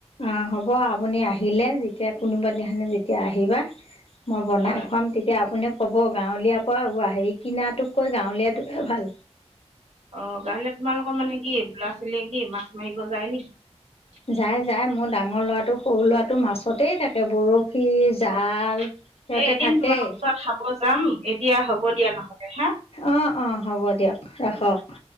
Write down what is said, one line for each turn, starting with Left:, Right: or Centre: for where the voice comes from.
Left: অ হ'ব আপুনি আহিলে যেতিয়া কোনোবা দিখানে যেতিয়া আহিবা মই বনাই
Right: হয়
Left: খুৱাম তেতিয়া আপুনি ক'ব গাঁৱলীয়াৰ পৰা হেৰি কিনাটোক কৈ গাঁৱলীয়াটো ভাল
Right: অ গালে তোমালোকৰ মানে কি বোলা চলীয়ে কি, মাছ মাৰিব যায় নেকি।
Left: যাই যাই মোৰ ডাঙৰ ল'ৰাটো সৰু ল'ৰাটো মাছতেই থাকে বৰষ সি জাল
Right: অ
Left: সিহঁতে
Right: এই এদিন
Left: থাকেই
Right: তোমালোকৰ ঘৰত খাব যাম এতিয়া হ'ব দিয়া নহ'লে হা
Left: অ অ হ'ব দে দিয়ক ৰাখক <inaudible>